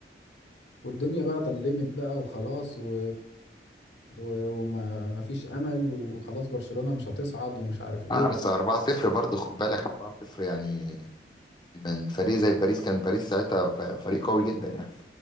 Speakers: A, on the left; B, on the left.
A: والدنيا بقى ضلمت بقى وخلاص و... و... وما ما فيش امل وخلاص برشلونة مش هتصعد ومش عارف ايه
B: أرسنال
A: و...
B: 4-0 برضه خد بالك 4-0 يعني من فريق زي باريس كان باريس ساعتها ف- فريق قوي جدا يعني